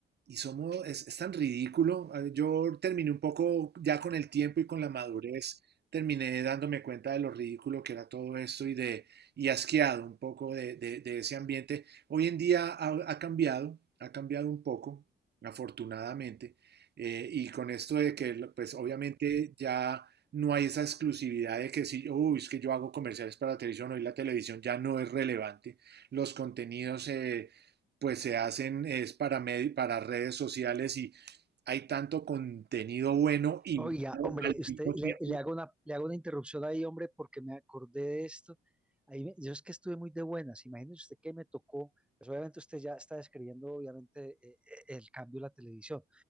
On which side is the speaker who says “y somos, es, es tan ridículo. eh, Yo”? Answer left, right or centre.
Right